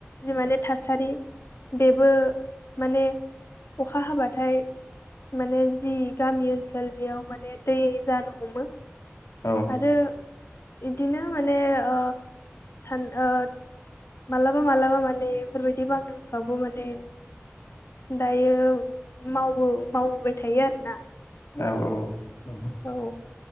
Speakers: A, on the left; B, on the left.
A: जि माने थासारि बेबो माने अखा हाबाथाय माने जि गामि ओनसोल बेयाव माने दै जानो हमो।
B: औ औ
A: आरो इदिनो माने ओ सान ओ मालाबा मालाबा माने बेफोरबायदि बांग्रिंफ्रावबो माने दायो मावबो मावबोबाय थायो आरोना।
B: औ
A: औ